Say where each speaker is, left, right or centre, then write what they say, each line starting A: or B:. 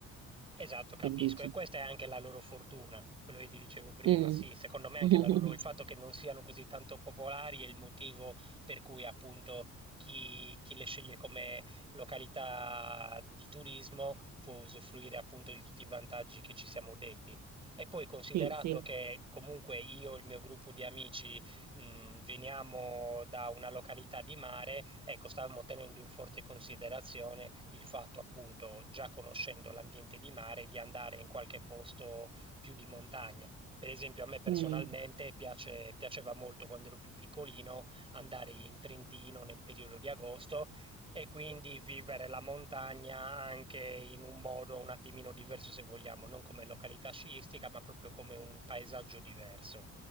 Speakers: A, on the right; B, on the right.
A: Esatto, capisco.
B: Che dici?
A: E questa è anche la loro fortuna, quello che ti dicevo prima.
B: Mm.
A: Sì, secondo me anche
B: <laughs>
A: la loro, il fatto che non siano così tanto popolari è il motivo per cui appunto chi, chi le sceglie come località di turismo può usufruire appunto di tutti i vantaggi che ci siamo detti. E poi considerato
B: Sì, sì.
A: che comunque io e il mio gruppo di amici mh, veniamo da una località di mare, ecco, stavamo tenendo in forte considerazione il fatto, appunto, già conoscendo l'ambiente di mare, di andare in qualche posto più di montagna. Per esempio, a me personalmente
B: Mm.
A: piace- piaceva molto quando ero più piccolino andare in Trentino nel periodo di agosto e quindi vivere la montagna anche in un modo un attimino diverso, se vogliamo, non come località sciistica, ma proprio come un paesaggio diverso.